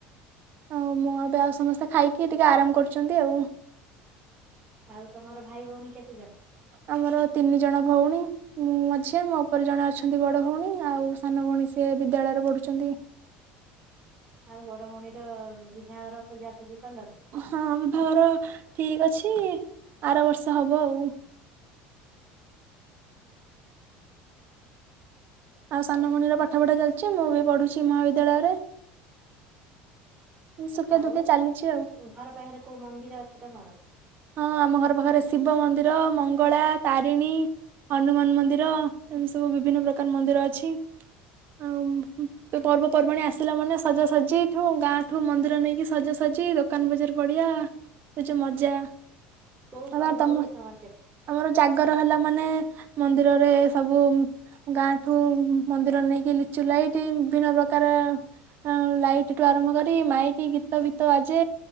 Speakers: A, on the right; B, on the right.
A: ଆଉ ମୁଁ ଏବେ ଆଉ ସମସ୍ତେ ଖାଇକି ଟିକେ ଆରାମ୍ କରୁଛନ୍ତି ଆଉ।
B: ଆଉ ତମର ଭାଇ ଭଉଣୀ କେତେଜଣ?
A: ଆମର ତିନି ଜଣ ଭଉଣୀ। ମୁଁ ମଝିଆ ମୋ ଉପରେ ଜଣେ ଅଛନ୍ତି ବଡ଼ ଭଉଣୀ ଆଉ ସାନ ଭଉଣୀ ସେ ବିଦ୍ୟାଳୟରେ ପଢୁଛନ୍ତି।
B: ଆଉ ବଡ ଭଉଣୀର ବିବାହର ଖୋଜା ଖୋଜି କଲଣି?
A: ହଁ ଭର ଠିକ୍ ଅଛି, ଆର ବର୍ଷ ହବ ଆଉ। ଆଉ ସାନ ଭଉଣୀର ପାଠପଢ଼ା ଚାଲ୍ ଛି ମୁଁ ବି ପଢ଼ୁଛି ମହାବିଦ୍ୟାଳୟରେ। ସୁଖେ
B: ଆଉ
A: ଦୁଃଖେ ଚାଲିଛି
B: ଘର ପାଖରେ କୋଉ ମନ୍ଦିର ଅଛି ତମର?
A: ହଁ ଆମ ଘର ପାଖରେ ଶିବ ମନ୍ଦିର ମଙ୍ଗଳା ତାରିଣୀ ହନୁମାନ ମନ୍ଦିର ଏମତି ସବୁ ବିଭିନ୍ନ ପ୍ରକାର ମନ୍ଦିର ଅଛି ଆଉ ତ ପର୍ବ ପର୍ବାଣି ଆସିଲା ମାନେ ସଜସଜଜିଠୁ ଗାଁଠୁ ମନ୍ଦିର ନେଇକି ସଜାସଜି ଲୋ ଦୋକାନ ବଜାର ପଡିଆ ସେ ଯ ମଜା।
B: କୋଉ
A: ଆଉ
B: ପର୍ବ
A: ତମ
B: ହୁଏ ତମର ସେଠି?
A: ଆମର ଜାଗର ହେଲା ମାନେ ମନ୍ଦିରରେ ସବୁ ଗାଁ ଠୁ ମନ୍ଦିର ନେଇକି ଲିଚୁ ଲାଇଟିି ବିଭିନ୍ନ ପ୍ରକାର ଆ ଲାଇଟ୍ ଠୁ ଆରମ୍ଭ କରି ମାଇକି ଗୀତବୀତ ବାଜେ।